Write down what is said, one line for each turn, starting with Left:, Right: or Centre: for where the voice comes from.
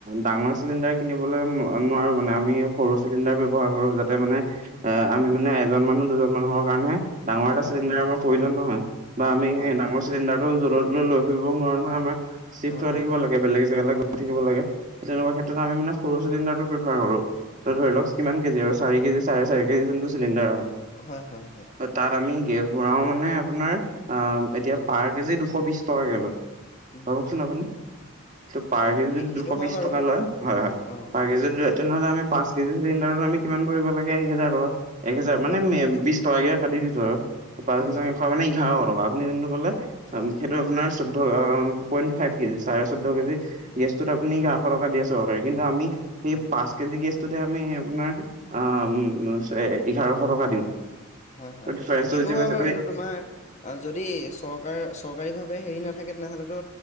Right: ডাঙৰ চিলিণ্ডাৰ কিনিবলৈ নোৱাৰোঁ, মানে আমি সৰু চিলিণ্ডাৰ ব্যৱহাৰ কৰোঁ যাতে মানে আহ, আমি মানে এজন মানুহ, দুজন মানুহৰ কাৰণেহে। ডাঙৰ এটা
Left: অ
Right: চিলিণ্ডাৰ আমাৰ প্ৰয়োজন নহয়! বা আমি
Left: হয়
Right: ডাঙৰ
Left: হয়
Right: চিলিণ্ডাৰটো জলৈ তলৈ ফুৰিবও নোৱাৰো নহয় আমাৰ চিফ্ট
Left: অ
Right: হৈ থাকিব
Left: অ
Right: লাগে বেলেগ জেগালৈ গৈ থাকিব লাগে। তেনেকুৱা ক্ষেত্ৰত আমি মানে সৰু চিলিণ্ডাৰটো প্ৰিফাৰ কৰো, ত ধৰি লওক কিমান কেজি আৰু চাৰি কেজি, চাৰে চাৰি কেজি যোনটো চিলিণ্ডাৰ হয়।
Left: হয়, হয়, হয়,
Right: তাত, আমি গেছ ভৰাও মানে-আপোনাৰ অ এতিয়া
Left: অ
Right: পাৰ কেজি দুশ বিশ টকাকে লয়।
Left: উম
Right: ভাবকচোন আপুনি ত পাৰ
Left: অ
Right: কেজি
Left: সেই সেইটো
Right: দুশ
Left: হয়
Right: বিশ
Left: বাৰু
Right: টকা লয়, হয় হয়
Left: অ
Right: পাৰ কেজি তেনেহলে আমি পাঁচ কেজি চিলিণ্ডাৰটোত আমি কিমান ভৰিব লাগে এক হেজাৰ টকা। এক হেজাৰ মানে
Left: হয় হয়
Right: মে বিশ টকাকে কাটি দিছো আৰু তাৰ
Left: উম
Right: পিছত
Left: উম
Right: এশ মানে এঘাৰশ টকা, আপুনি যোনটো কলে
Left: হয় হয়
Right: সেইটো আপোনাৰ চৌধ, পইণ্ট ফাইভ কেজি! চাৰে চৌধ কেজি গেছটোত আপুনি
Left: হয়
Right: এঘাৰশ টকা দি আছে চৰকাৰে কিন্তু আমি সেই
Left: হয়
Right: পাচ <inaudible> কেজি গেছতোতে আমি আপোনাৰ <unintelligible> এঘাৰশ টকা দিওঁ।
Left: হয়-হয়,
Right: ডিফাৰেন্সটো
Left: সেইটো
Right: বুজি
Left: হয়
Right: পাইছা
Left: বাৰু এইটো তোমাৰ <inaudible> যদি চৰকাৰ চৰকাৰীভাৱে হেৰি নাথাকে তেনেহ'লেতো